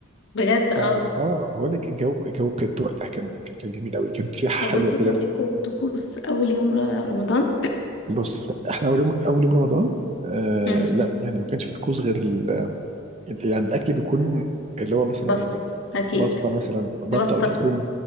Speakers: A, on the left; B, on the right.
A: بجد اه
B: ف- اه بقول لك الجو الجو بجد وقتها كان كان كان جميل قوي كانت ريحه
A: طب
B: حلوه
A: وانتوا
B: كده
A: كان لكم طقوس اول يوم ر- رمضان
B: بص احنا اول يوم اول يوم رمضان آه
A: امم
B: لا يعني ما كانش في طقوس غير ال... ال- يعني الاكل بيكون اللي هو مثلا
A: بط اكيد
B: بطه مثلا بطه
A: بطه
B: او ديك رومي